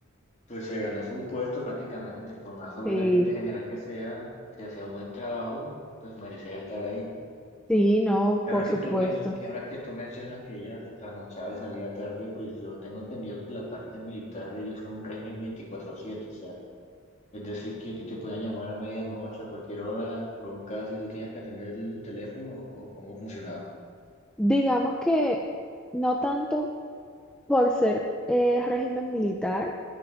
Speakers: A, on the left; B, in the centre.
A: pues se ganó su puesto prácticamente, por más sobrina
B: sí,
A: que de general que sea, si hacía buen trabajo, pues merecía estar ahí.
B: sí, no,
A: Y
B: por
A: ahora
B: supuesto.
A: que tú, men- y ahora que tú mencionas que ella se trasnochaba y salía tarde, pues yo tengo entendido que la parte militar, ellos son un régimen 24/7, o sea, es decir, que a ti te podían llamar a medianoche, a cualquier hora, por un caso, y tú tenías que atender el teléfono, o o cómo funcionaba.
B: Digamos que no tanto por ser eh, régimen militar,